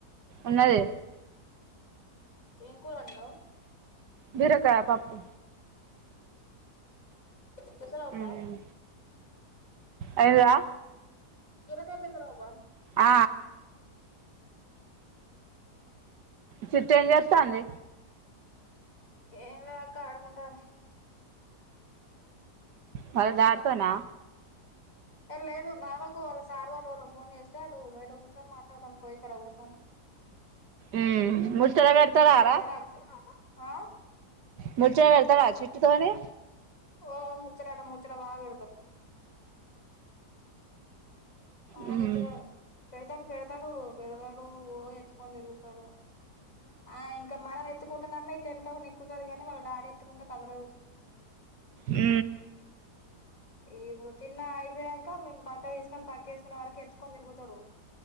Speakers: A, on the right (about 85°); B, on the left (about 55°).
A: ఉన్నది
B: ఏం. కూర వండినవ్.
A: బీరకాయ పప్పు.
B: పెసరపప్పా.
A: మ్మ్ అయిందా
B: ఇలకాయ తీసుర బా
A: ఆ చిట్టి ఏం చెత్తాంది?
B: ఏం లేదక్క ఆడుకుంటా
A: వాళ్ళ
B: ఆడుకుంటా
A: డాడీతోనా
B: ఏ లేదు బావకు వాళ్ళ సార్ వాళ్ళు ఎవరో ఫోన్ చేస్తే, అటు బయట కూచొని మాట్లాడతాండు పోయి కాడ కుసోని
A: మ్మ్ ముచ్చట పెడతాడారా
B: నాకడ హాక్ ఆ
A: ముచ్చట్ పెడ్తాడ చిట్టి తోని
B: ఓ ముచ్చటట ముచ్చట బా పెడతర్ ఆ
A: మ్మ్
B: ముచ్చట పెడతడు పెడతడు పెడతడు ఓ ఎత్తుకొని తిరుగుతడు ఆ ఇంక మనం ఎత్తుకుంటున్నన్న ఇట్ల ఎనక నిక్కుతది కాని, వాళ్ళ డాడీ ఎత్తుకుంటే కదలదు.
A: ఊ
B: ఈ ఇప్పుడు తిన్నా అయిపోయాక మేం పక్క తీసుకొని, పక్క వేసుకునే వరకు ఎత్తుకొని తిరుగుతడు.